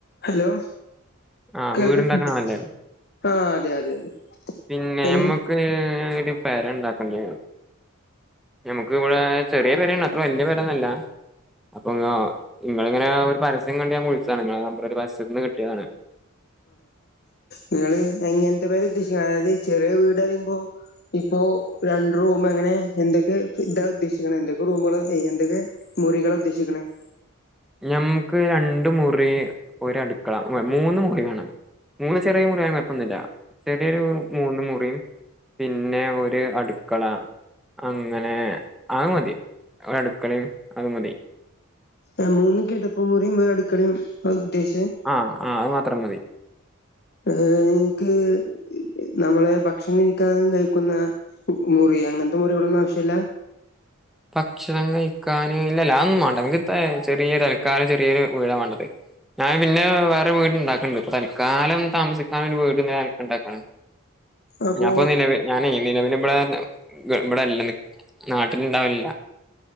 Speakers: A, on the left; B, in the centre.
A: Hello
B: ആ
A: കേൾക്കുന്നില്ലേ
B: വീടുണ്ടാക്കണാണല്ലേ
A: ആഹ് അതെ അതെ അതെ
B: പിന്നെ
A: എൻ
B: നമ്മക്ക് ഒരു പെര ഉണ്ടാക്കണ്ടയൊ ഞമ്മക്ക് ഇവിടെ ചെറിയ പേരയാണ്‌ അത്ര വല്യ പെരയൊന്നുമല്ല അപ്പൊ നിങ്ങൾ ഇങ്ങനെ ഒരു പരസ്യം കണ്ട് ഞാൻ വിളിച്ചതാണ് നിങ്ങളെ നമ്പറ് ഒരു പരസ്യത്തീന്ന് കിട്ടിയതാണ്
A: നിങ്ങൾ എങ്ങനത്തെ പെരയാ ഉദ്ദേശിക്കുന്നത് അതായത് ഈ ചെറിയ വീടെന്ന് പറയുമ്പോ ഇപ്പൊ രണ്ട് റൂമ് എങ്ങനെ എന്തൊക്കെ ഇതാ ഉദ്ദേശിക്കണെ എന്തൊക്കെ റൂമുകളാ എന്തൊക്കെ മുറികളാ ഉദ്ദേശിക്കണേ
B: ഞമ്മക്ക് രണ്ട് മുറി ഒരു അടുക്കള മൂന്ന് മുറി വേണം മൂന്ന് ചെറിയ മുറിയാണേൽ കൊയപ്പൊന്നില്ല ചെറിയൊരു മൂന്ന് മുറിയും പിന്നെ ഒരു അടുക്കള അങ്ങനെ അത് മതി ഒരു അടുക്കളയും അത് മതി
A: ആഹ് മൂന്ന് കിടപ്പ് മുറിയും ഒരു അടുക്കളയും ഉദ്ദേശിച്ചേ
B: ആഹ് ആഹ് അത് മാത്രം മതി
A: ഏ നിങ്ങക്ക് നമ്മള് ഭക്ഷണം ഇരിക്കാനും കഴിക്കുന്ന മുറി അങ്ങനത്തെ മുറികളൊന്നും ആവശ്യവില്ല
B: ഭക്ഷണം കഴിക്കാന് ഇല്ലില്ല അതൊന്നും വേണ്ട നമുക്ക് ഇപ്പൊ ചെറിയൊരു തൽക്കാലം ചെറിയൊരു വീടാ വേണ്ടത് ഞാൻ പിന്നെ വേറെ വീടുണ്ടാക്കണ്ട് ഇപ്പൊ തൽക്കാലം താമസിക്കാൻ ഒരു വീടിങ്ങനെ <unintelligible> ഉണ്ടാക്കാണ്
A: അപ്പോ
B: ഞാനിപ്പൊ നിലവിൽ ഞാനെ നിലവിൽ ഇവിടെ ഇവിടല്ല നാട്ടിൽ ഇണ്ടാവലില്ല